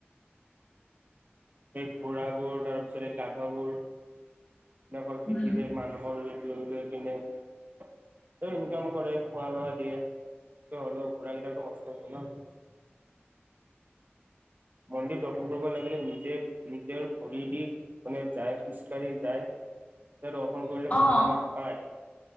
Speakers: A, on the right (about 45°); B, on the left (about 35°).
A: সেই ঘোৰা বোৰ তাৰ পিছত স গাধবোৰকল
B: উম
A: পিঠিতে মানুহৰ লৈ লৈ কিনে ইনকাম কৰে খোৱা লোৱা দিয়ে। হলও ঘোৰা কেইটাৰটো বস্ত হয় ন। মন্দিৰ দৰ্থন কৰিব লাগিলে নিজে নিজৰ ভৰি দি মানে যাই খোজকাাঢ়ি যায়
B: <inaudible>
A: তে দৰ্শন কৰিলে ভগৱানক
B: অ
A: পায়।